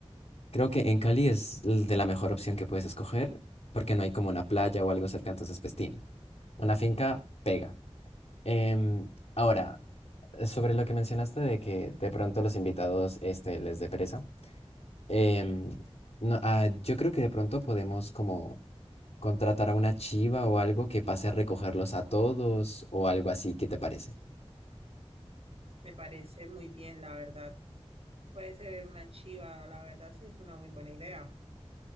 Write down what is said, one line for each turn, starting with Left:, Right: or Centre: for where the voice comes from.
Left: Creo que en Cali es l- de la mejor opción que puedes escoger porque no hay como una playa o algo cerca, entonces pues tin, Una finca pega. Em, ahora, eh, sobre lo que mencionaste de que de pronto los invitados este, les dé pereza, em, no, ah, yo creo que de pronto podemos como contratar a una chiva o algo que pase a recogerlos a todos o algo así, ¿qué te parece?
Right: me parece muy bien, la verdad. Puede ser una chiva, la verdad, sí, es una muy buena idea.